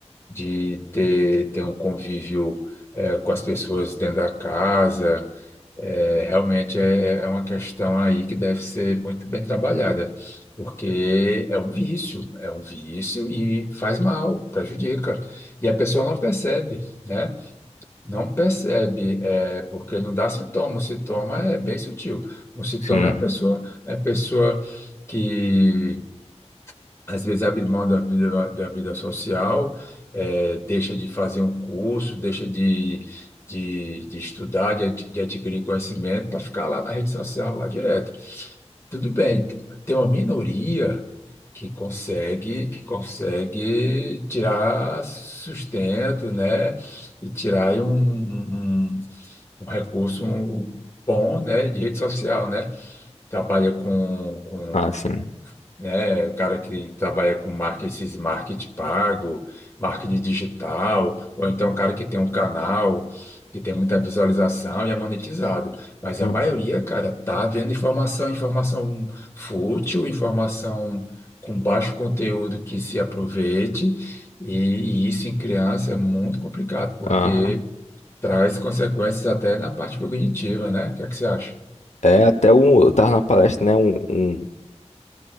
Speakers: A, on the left; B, on the left.
A: de ter, ter um convívio, é, com as pessoas dentro da casa. É, realmente é, é é uma questão aí que deve ser muito bem trabalhada, porque é um vício, é um vício e faz mal, prejudica. E a pessoa não percebe, né? Não percebe, é, porque não dá sintoma. O sintoma é bem sutil. O sintoma
B: Sim,
A: é a pessoa, é a pessoa que às vezes abre mão da vida, da vida social, eh, deixa de fazer um curso, deixa de, de, de estudar, de, ad- de adquirir conhecimento para ficar lá na rede social, lá direto. Tudo bem, te- tem uma minoria que consegue, que consegue tirar sustento, né? E tirar aí um, um, um um recurso bom, né? De rede social, né? Trabalha com,
B: ah, sim.
A: né? O cara que trabalha com marketing, esses marketing pago, marketing digital, ou então o cara que tem um canal que tem muita visualização e é monetizado. Mas
B: Uhum.
A: a maioria, cara, tá vendo informação, informação fútil, informação com baixo conteúdo que se aproveite, e, e isso em criança é muito complicado, porque
B: Aham.
A: traz consequências até na parte cognitiva, né? O que é que você acha?
B: É até um, eu tava na palestra, né? Um, um,